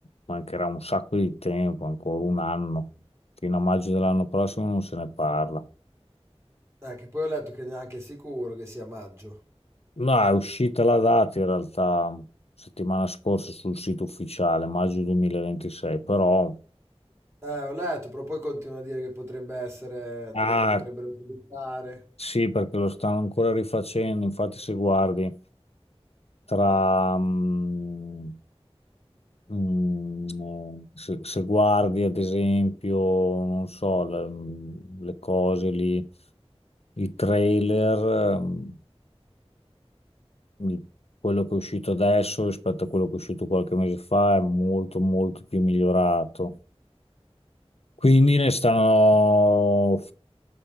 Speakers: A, on the left; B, on the right.
A: mancherà un sacco di tempo, ancora un anno. Fino a maggio dell'anno prossimo non se ne parla.
B: Ah, che poi ho letto che neanche è sicuro che sia maggio.
A: No, è uscita la data in realtà settimana scorsa sul sito ufficiale, maggio 2026, però...
B: Eh, ho letto, però poi continua a dire che potrebbe essere,
A: Ah,
B: tre- potrebbero sviluppare.
A: sì, perché lo stanno ancora rifacendo, infatti se guardi tra... mm, mm, eh, se, se guardi ad esempio, non so, le, mm, le cose lì, i trailer, mm, i- quello che è uscito adesso rispetto a quello che è uscito qualche mese fa è molto molto più migliorato. Quindi ne stanno